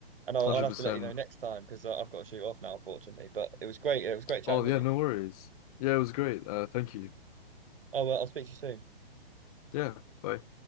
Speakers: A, on the right; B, on the left.
A: and I'll
B: 100%
A: I'll have to let you know next time because I've got to shoot off now, unfortunately. But it was great. It was great chatting
B: oh
A: with
B: yeah
A: you.
B: no worries yeah it was great uh thank you
A: Oh well, I'll speak to you soon.
B: yeah bye